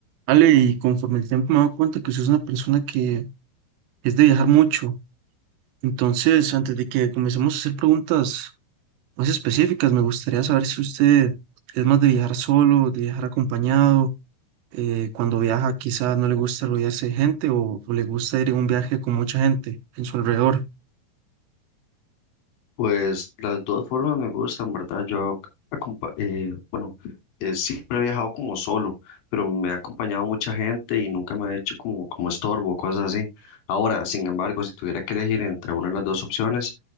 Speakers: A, on the right (about 85°); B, on the left (about 75°).
A: Ale, y conforme el tiempo me he dado cuenta que usted es una persona que es de viajar mucho. Entonces, antes de que comencemos a hacer preguntas más específicas, me gustaría saber si usted es más de viajar solo, de viajar acompañado. eh, cuando viaja, quizá no le gusta rodearse de gente o, o le gusta ir en un viaje con mucha gente en su alrededor.
B: Pues las dos formas me gustan, ¿verdad? Yo, acompa- eh, bueno, eh, siempre he viajado como solo, pero me ha acompañado mucha gente y nunca me ha hecho como, como estorbo, cosas así. Ahora, sin embargo, si tuviera que elegir entre una de las dos opciones,